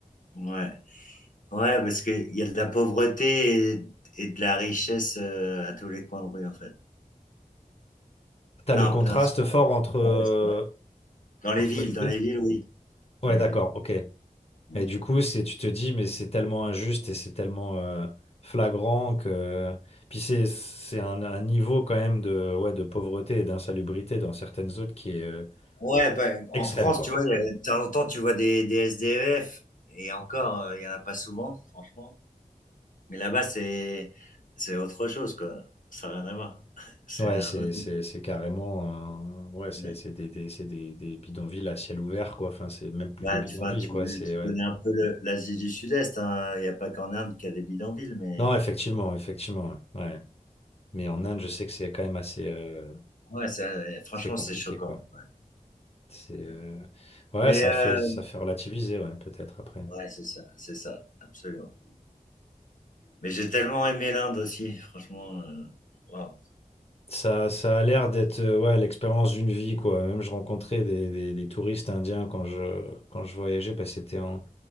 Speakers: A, on the left; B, on the left.
A: Ouais, ouais, parce qu'il y a de la pauvreté et, et de la richesse euh, à tous les coins de rue, en fait.
B: T'as
A: Non,
B: le contraste
A: non, c'est
B: fort entre, euh,
A: pas vrai, c'est vrai. Dans les
B: entre
A: villes,
B: les
A: dans
B: deux.
A: les villes, oui. Dans
B: Ouais,
A: les
B: d'accord,
A: villes.
B: ok.
A: Mm.
B: Et du coup, c'est, tu te dis, mais c'est tellement injuste et c'est tellement euh, flagrant que. Puis c'est, c'est un, un niveau quand même de, ouais, de pauvreté et d'insalubrité dans certaines zones qui est euh,
A: Ouais, ben, en
B: extrême,
A: France,
B: quoi.
A: tu vois, il y a- de temps en temps, tu vois des, des SDF, et encore, euh, il y en a pas souvent, franchement. Mais là-bas, c'est c'est autre chose, quoi. Ça n'a rien à voir. <laughs> C'est
B: Ouais,
A: un
B: c'est,
A: autre
B: c'est,
A: niveau.
B: c'est carrément. un- ouais, c'est,
A: Ouais.
B: c'est des, des, c'est des, des bidonvilles à ciel ouvert, quoi. Enfin, c'est même plus
A: Bah,
B: des bidonvilles,
A: tu, enfin, tu,
B: quoi. C'est,
A: tu
B: ouais.
A: connais un peu le- l'Asie du Sud-Est, hein. Il n'y a pas qu'en Inde qu'il y a des bidonvilles, mais
B: Non, effectivement, effectivement. Ouais. Ouais. Mais en Inde, je sais que c'est quand même assez euh,
A: ouais, ça- franchement,
B: c'est compliqué,
A: c'est choquant.
B: quoi.
A: Ouais,
B: C'est, euh,
A: ouais.
B: Ouais,
A: Mais
B: ça
A: euh,
B: fait, ça fait relativiser, ouais, peut-être après.
A: ouais, c'est ça, c'est ça, absolument. Mais j'ai tellement aimé l'Inde aussi, franchement. Euh, waouh.
B: Ça, ça a l'air d'être euh, ouais, l'expérience d'une vie, quoi. Même je rencontrais des, des- des touristes indiens quand je, quand je voyageais, bah, c'était en,